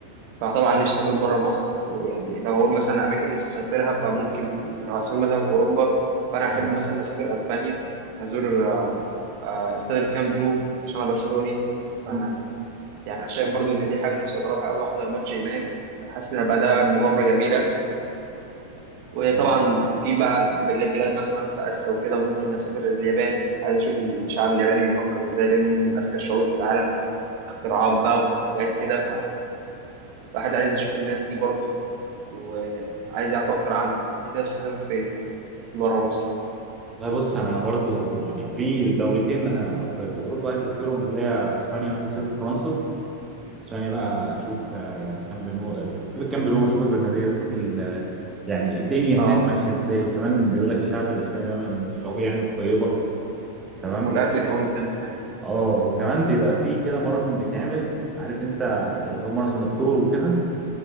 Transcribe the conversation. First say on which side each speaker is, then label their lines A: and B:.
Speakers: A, on the right; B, on the right.
A: فطبعا نفسي اسافر بره مصر ويعني لو هقول مثلا اماكن نفسي اسافرها فممكن لو هسافر مثلا في اوروبا فانا احب
B: اه
A: مثلا اسافر اسبانيا ازور آه، استاد الكامب نو عشان انا برشلوني ف
B: مم.
A: يعني انا شايف برضو ان دي حاجه نفسي اجربها قوي احضر ماتش هناك حاسس ان هيبقى ده مغامره جميله وطبعا
B: طيب
A: في بقى بل- بلاد مثلا في آسيا وكده ممكن أسافر اليابان عايز أشوف الشعب الياباني بيفكر إزاي لأنهم من أذكى الشعوب اللي في العالم اختراعات بقى وحاجات كده فالواحد عايز يشوف الناس دي برضو وعايز يعرف أكتر عنهم أنت عايز تسافر فين؟ بره مصر
B: لا بص انا برضو يعني في دولتين انا في في اوروبا عايز اسافرهم اللي هي اسبانيا وعايز اسافر فرنسا ثانية بقى أشوف آه، كامب نو أشوف الكامب نو أشوف البرنابيو أشوف ال... يعني الدنيا هناك
A: أه
B: ماشية إزاي وكمان بيقول لك الشعب الأسباني ده من الشعوب يعني الطيبة تمام
A: والأكل كمان حلو هناك
B: أه وكمان بيبقى فيه كده ماراثون بيتعمل عارف أنت بتاع- اللي هو ماراثون الثور وكده